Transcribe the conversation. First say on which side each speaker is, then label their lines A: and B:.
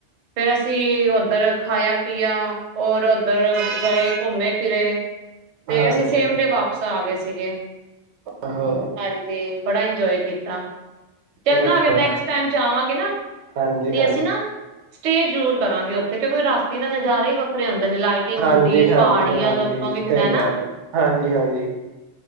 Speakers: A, on the right; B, on the right.
A: ਫੇਰ ਅਸੀਂ ਔਧਰ ਖਾਇਆ ਪੀਆ, ਹੋਰ ਔਧਰ ਗਏ ਘੁੰਮੇ ਫਿਰੇ ਤੇ
B: ਹਾਂਜੀ
A: ਅਸੀਂ ਸੇਮ
B: ਹਾਂਜੀ
A: ਡੇ ਵਾਪਸ ਆ ਗਏ ਸੀ ਸੀਗੇ।
B: ਓਹੋ
A: ਹਾਂਜੀ। ਬੜਾ ਇੰਜੋਯ ਕੀਤਾ। ਚੱਲਨਾ
B: ਵਧੀਆ
A: ਅਗਰ ਨੇਕ੍ਸ੍ਟ ਟਾਈਮ ਜਾਵਾਂਗੇ ਨਾ
B: ਹਾਂਜੀ
A: ਤੇ
B: ਹਾਂਜੀ
A: ਅਸੀਂ ਨਾ ਸਟੇ ਜ਼ਰੂਰ ਕਰਾਂਗੇ ਔਥੇ ਕਿਉਂਕਿ ਰਾਤੀ ਦਾ ਨਜ਼ਾਰਾ ਹੀ ਵੱਖਰੇ ਹੁੰਦ ਲਾਈਟਿੰਗ ਹੁੰਂਦੀ
B: ਹਾਂਜੀ
A: ਏ, ਪਹਾੜੀਆਂ
B: ਹਾਂਜੀ ਹਾਂਜੀ
A: ਦੇ ਉਤੋਂ ਵਿਖਦਾ
B: ਸਹੀ
A: ਏਨਾਂ।
B: ਗੱਲ ਹੈ ਹਾਂਜੀ ਹਾਂਜੀ।